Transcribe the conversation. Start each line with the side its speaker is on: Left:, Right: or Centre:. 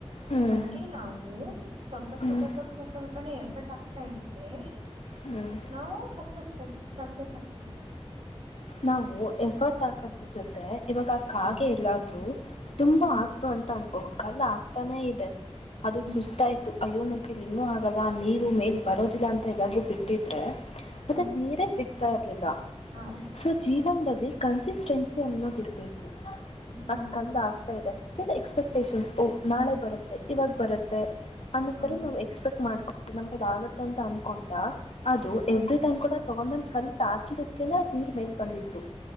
Left: ಹ್ಞೂ
Right: ಹಂಗೆ ನಾವು ಸ್ವಲ್ಪ ಸ್ವಲ್ಪ
Left: ಹ್ಞೂ ಹ್ಞೂ
Right: ಸ್ವಲ್ಪ ಸ್ವಲ್ಪನೇ ಎಫರ್ಟ್ ಆಗ್ತಾ ಇದ್ರೆ
Left: ಹ್ಞೂ
Right: ನಾವು ಸಕ್ಸಸ್ ಸಕ್ಸಸ್ ಆಗ್ತೀವಿ
Left: ನಾವು ಎಫರ್ಟ್ ಹಾಕೋದ್ರ ಜೊತೆ ಇವಾಗ ಕಾಗೆ
Right: ಹ್ಮ್
Left: ಎಲ್ಲಾದ್ರೂ ತುಂಬಾ
Right: ಹ್ಮ್
Left: ಆಗ್ತು ಅಂತ ಅನ್ಕೋ ಕಲ್ಲು ಆಗ್ತಾನೆ ಇದೆ ಅದು
Right: ಹ್ಮ್
Left: ಸುಸ್ತಾಯ್ತು ಅಯ್ಯೋ ನನ್ ಕೈಯಲ್ಲಿ ಏನು ಆಗಲ್ಲ ನೀರು ಮೇಲ್ ಬರೋದಿಲ್ಲ ಅಂತ ಎಲ್ಲಾದರೂ ಬಿಟ್ಟಿದ್ರೆ
Right: ಹ್ಮ್
Left: ಅದಿಕ್ಕೆ ನೀರೇ ಸಿಕ್ ತ್ತ ಇರಲಿಲ್ಲ
Right: ಹೌದು
Left: ಸೊ ಜೀವನದಲ್ಲಿ ಕನ್ಸಿಸ್ಟೆನ್ಸಿ ಅನ್ನೋದ ಇರಬೇಕು
Right: ಹ್ಮ್
Left: ಅದು ಕಲ್ಲು ಇದೆ ಸ್ಟಿಲ್ ಎಕ್ಸ್ಪೆಕ್ಟೇಷನ್ಸ್ ಓಹ್ ನಾಳೆ ಬರುತ್ತೆ ಇವಾಗ ಬರುತ್ತೆ ಅನ್ನೋ
Right: ಹ್ಮ್
Left: ತರ ನಾವು ಎಕ್ಸ್ಪೆಕ್ಟ್ ಮಾಡ್ ನಮ್ಮ ಕೈಯಲ್ಲಿ ಆಗತ್ತ ಅಂತ ಅನ್ಕೊಂತಾ ಅದು
Right: ಹ್ಮ್
Left: ಎವ್ರಿ ಟೈಮ್ ಕೂಡ ತೊಗೊಂಡು ಬಂದು ಕಲ್ಲು ಹಾಕಿದಿಕೆನೆ ನೀರ್ ಮೇಲೆ ಬಂದಿದ್ದು